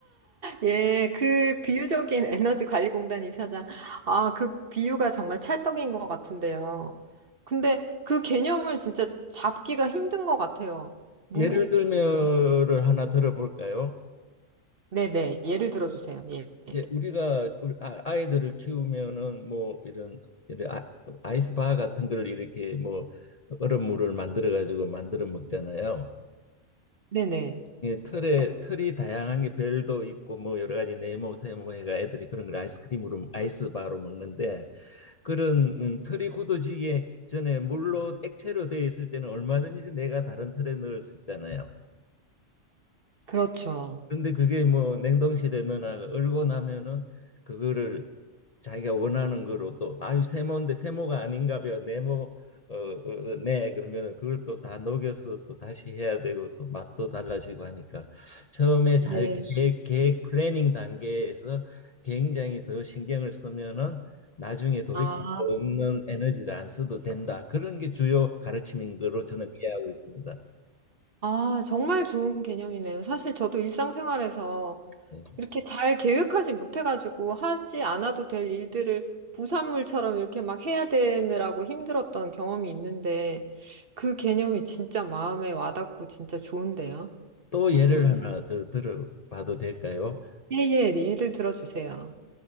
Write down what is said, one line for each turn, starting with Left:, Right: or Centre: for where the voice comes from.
Right: 예, 그 비유적인 에너지 관리 공단 이사장. 아, 그 비유가 정말 찰떡인 것 같은데요. 근데 그 개념을 진짜 잡기가 힘든 것 같아요. 뭐,
Left: 예를 들면을 하나 들어볼까요?
Right: 네네. 예를 들어 주세요. 예. 예.
Left: 이제 우리가 아- 이들을 키우면은 뭐 이런, 이런 아- 아이스바 같은 걸 이렇게 뭐 얼음물을 만들어 가지고 만들어 먹잖아요.
Right: 네네.
Left: 틀에 틀이 다양한 게 별도 있고 뭐 여러 가지 네모 세모 해가 애들이 그런 걸 아이스크림으로 아이스바로 먹는데 그런 음, 털이 굳어지기 전에 물로 액체로 되어 있을 때는 얼마든지 내가 다른 털에 넣을 수 있잖아요.
Right: 그렇죠.
Left: 그런데 그게 뭐 냉동실에 넣어놔 얼고 나면은 그거를 자기가 원하는 거로 또 아유 세모인데 세모가 아닌가 봐 네모 어, 어, 어, 네 그러면은 그걸 또 다 녹여서 또 다시 해야 되고 또 맛도 달라지고 하니까 처음에 잘
Right: 네.
Left: 네. 계획, 계획 플래닝 단계에서 굉장히 더 신경을 쓰면은 나중에 돌이킬
Right: 아,
Left: 수 없는 에너지를 안 써도 된다 그런 게 주요 가르침인 거로 저는 이해하고 있습니다.
Right: 아, 정말 좋은 개념이네요. 사실 저도 일상생활에서
Left: 예.
Right: 이렇게 잘 계획하지 못해가지고 하지 않아도 될 일들을 부산물처럼 이렇게 막 해야 되느라고 힘들었던 경험이 있는데 그 개념이 진짜 마음에 와닿고 진짜 좋은데요.
Left: 또 예를
Right: 음,
Left: 음. 하나 더 들어봐도 될까요?
Right: 예, 예, 예를 들어주세요.